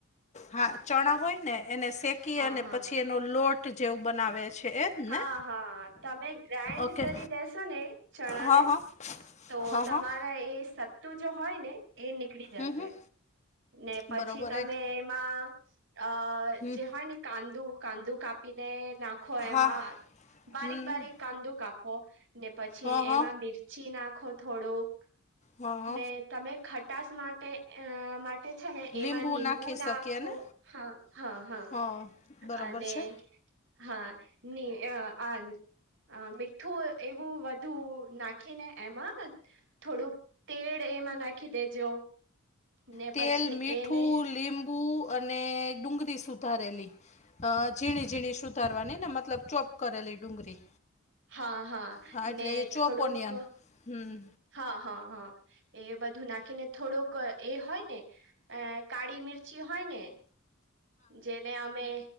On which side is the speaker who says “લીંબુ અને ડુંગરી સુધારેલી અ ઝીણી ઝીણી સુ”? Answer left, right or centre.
Left